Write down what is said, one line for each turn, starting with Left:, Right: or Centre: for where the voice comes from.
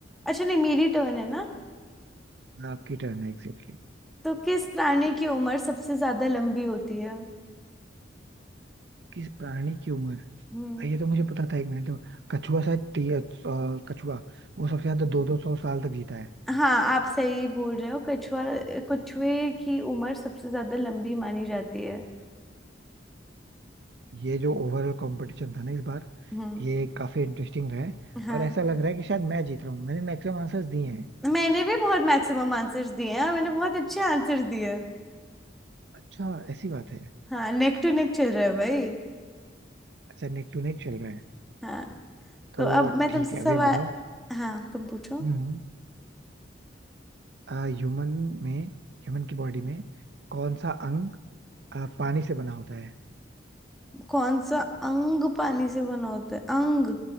Centre: अच्छा नहीं मेरी टर्न है ना
Right: आपकी टर्न है एग्जैक्टली
Centre: तो किस प्राणी की उम्र सबसे ज्यादा लंबी होती है
Right: किस प्राणी की उम्र
Centre: हम्म
Right: ये तो मुझे पता था एक मिनट तो कछुआ शायद ती- अ, कछुआ वो सबसे ज्यादा दो दो सौ साल तक जीता है
Centre: हाँ आप सही बोल रहे हो कछुआ कछुए की उम्र सबसे ज्यादा लंबी मानी जाती है
Right: ये जो ओवरऑल कंपटीशन था ना इस बार
Centre: हम्म
Right: ये काफी इंटरेस्टिंग रहा है
Centre: हाँ
Right: और ऐसा लग रहा है कि शायद मैं जीत रहा हूँ मैंने मैक्सिमम आंसर्स दिए हैं
Centre: मैंने भी बहुत मैक्सिमम आंसर्स दिए हैं मैंने बहुत अच्छे आंसर्स दिए हैं
Right: अच्छा ऐसी बात है
Centre: हाँ नेक टू नेक चल रहा है भाई
Right: अच्छा नेक टू नेक चल रहा है
Centre: हाँ
Right: तो
Centre: तो अब मैं
Right: ठीक
Centre: तुमसे
Right: है अभी
Centre: सवाल
Right: आप बताओ
Centre: हाँ तुम पूछो
Right: हम्म ह्यूमन में ह्यूमन की बॉडी में कौन सा अंग अ, पानी से बना होता है
Centre: कौन सा अंग पानी से बना होता है अंग